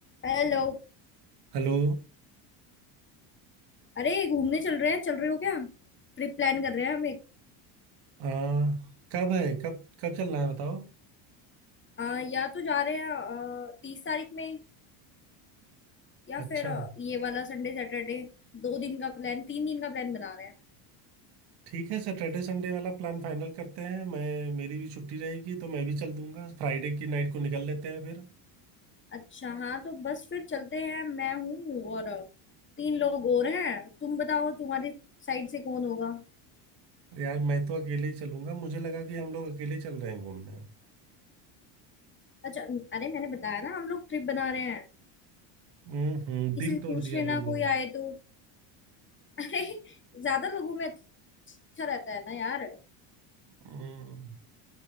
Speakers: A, on the left; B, on the right.
A: Hello
B: Hello
A: अरे घूमने चल रहे हैं चल रहे हो क्या ट्रिप प्लान कर रहे हैं हम एक
B: आ, कब है कब कब चलना है बताओ
A: आ, या तो जा रहे हैं तीस तारीख में या
B: अच्छा
A: फिर अ, ये वाला संडे सैटरडे दो दिन का प्लान तीन दिन का प्लान बना रहे हैं
B: ठीक है सैटरडे संडे वाला प्लान फाइनल करते हैं मैं मेरी भी छुट्टी रहेगी तो मैं भी चल दूंगा फ्राइडे की नाइट को निकल लेते हैं फिर
A: अच्छा हाँ तो बस फिर चलते हैं मैं हूँ और अ, तीन लोग और हैं तुम बताओ तुम्हारी साइड से कौन होगा
B: यार मैं तो अकेले ही चलूंगा मुझे लगा कि हम लोग अकेले ही चल रहे हैं घूमने
A: अच्छा अरे मैंने बताया ना हम लोग ट्रिप बना रहे हैं
B: हम्म हम्म,
A: किसी
B: दिल
A: से
B: तोड़
A: पूछ
B: दिया
A: लेना
B: तुमने
A: कोई आए तो <laughs> अरे ज्यादा लोगों में अच्छा रहता है ना यार
B: हम्म,